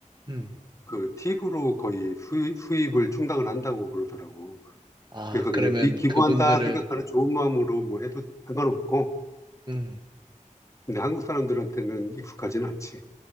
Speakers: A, on the right (about 35°); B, on the left (about 20°).
A: 음,
B: 그 팁으로 거의 수입, 수입을 충당을 한다고 그러더라고.
A: 아,
B: 그래서
A: 그러면
B: 그냥 기, 기부한다
A: 그분들을
B: 생각하는 좋은 마음으로 뭐 해도 상관없고,
A: 음.
B: 근데 한국 사람들한테는 익숙하진 않지.